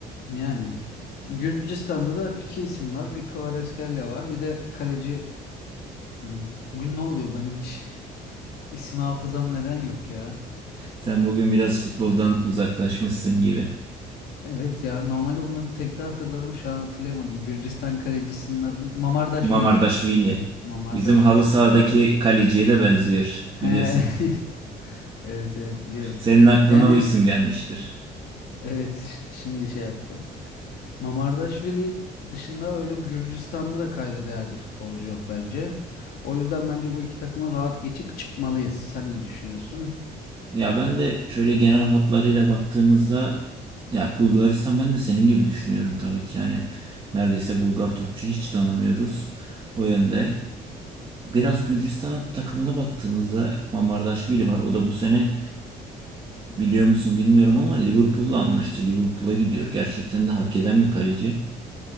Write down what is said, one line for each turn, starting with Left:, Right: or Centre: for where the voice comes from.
Left: Yani. Gürcistan'da da iki isim var. Bir Kvaratskhelia var. Bir de kaleci... Hmm, Bugün ne oluyor benim hiç? <laughs> İsim hafızam neden yok ya?
Right: Sen bugün biraz futboldan uzaklaşmışsın gibi.
Left: Evet ya. Normalde bunları tek de hatırlarım. Şu an hatırlayamadım. Gürcistan kalecisinin adı... Mamardaşvili.
Right: Mamardaşvili.
Left: Mamardaşvili
Right: Bizim halı
Left: hatırladım.
Right: sahadaki kaleciye de benziyor
Left: He,
Right: biliyorsun.
Left: <laughs> evet. Evet evet biliyorum.
Right: Senin aklına
Left: Yani
Right: o isim gelmiştir.
Left: evet ş- şimdi şey yaptı. Mamardaşvili dışında öyle Gürcistan'da da kayda değer bir futbolcu yok bence. O yüzden bence bu iki takımı rahat geçip çıkmalıyız. Sen ne düşünüyorsun?
Right: Ya ben de şöyle genel hatlarıyla baktığımızda ya Bulgaristan ben de senin gibi düşünüyorum tabii ki. Yani neredeyse Bulgar topçu hiç tanımıyoruz. O yönde. Biraz Gürcistan takımına baktığımızda Mamardaşvili var. O da bu sene biliyor musun bilmiyorum ama Liverpool'la anlaştı. Liverpool'a gidiyor. Gerçekten de hak eden bir kaleci.